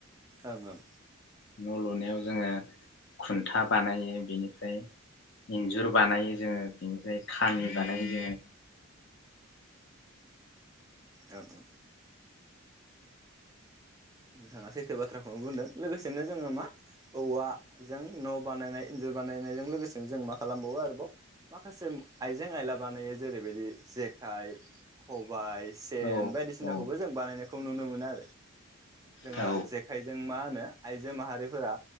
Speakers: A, on the right; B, on the left.
A: ओं ओं
B: न' लुनायाव जोङो खुन्था बानायो बेनिफ्राय इन्जुर बानायो जोङो बेनिफ्राय खामि बानायो जोङो।
A: ओं ओं नोंथाङा सैथो बाथ्राखौनो बुंदों लोगोसेनो जोङो मा औवाजों न' बानायनाय इन्जुर बानायनायजों लोगोसेनो जों मा खालामबावो आरोबाव माखासे आइजें आयला बानायो जेरैबायदि जेखाइ ख बाइ सेन
B: औ
A: बायदिसिनाखौबो
B: औ
A: जों बानायनायखौ नुनो मोनो आरो। जोंहा
B: औ
A: जेखाइजों मा होनो आयजो माहारिफोरा